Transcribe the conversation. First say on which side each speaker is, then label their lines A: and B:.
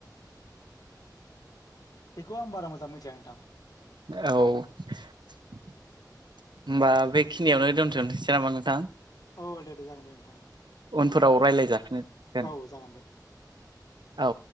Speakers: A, on the left; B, on the right.
A: बेखौ आं बारा मोजां मिथिया नोंथां।
B: औ। होमबा बेखिनियावनो दोनथ'नोसै नामा नोंथां?
A: औ दे-दे जागोन दे नोंथां
B: उनफोराव रायलाय जाफिनगोन
A: औ जागोन दे।
B: औ।